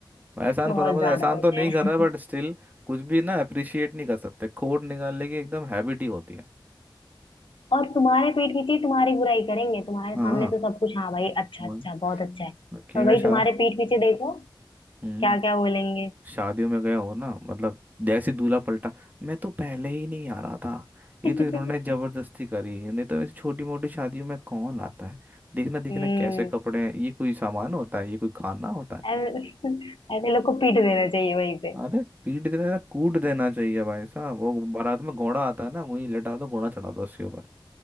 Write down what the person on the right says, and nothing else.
एहसान
फरामोश
एहसान
तो नहीं
कर रहा बट स्टिल कुछ भी ना अप्रिशिएट नहीं कर सकते खोट निकालने की एकदम हैबिट ही होती है
हाँ
वही।
हकीम
शाह
हम्म
शादियों में गया हो ना मतलब जैसे दूल्हा पलटा मैं तो पहले ही नहीं आ रहा था
ये तो इन्होंने जबरदस्ती करी नहीं तो ऐसी छोटी मोटी शादियों में कौन आता है देखना देखना
कैसे कपड़े हैं ये कोई सामान होता है ये कोई खाना होता है
अरे पीट देना था, कूट देना चाहिए भाई साहब वो बारात में घोड़ा आता है ना वहीं लटा दो घोड़ा चढ़ा दो उसके ऊपर